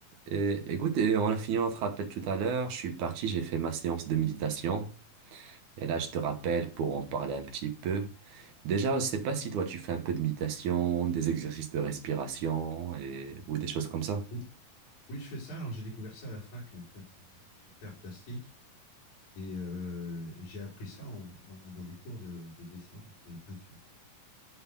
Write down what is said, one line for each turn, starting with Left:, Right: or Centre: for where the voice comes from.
Right: Et, écoute, et on a fini notre rappel tout à l'heure. Je suis parti, j'ai fait ma séance de méditation. Et là, je te rappelle pour en parler un petit peu. Déjà, je sais pas si toi, tu fais un peu de méditation, des exercices de respiration et, ou des choses comme ça.
Left: Oui, oui, je fais ça. Alors, j'ai découvert ça à la fac, en fait. J'ai fait art plastique et euh, j'ai appris ça en- en- dans des cours de, de dessin, enfin de peinture.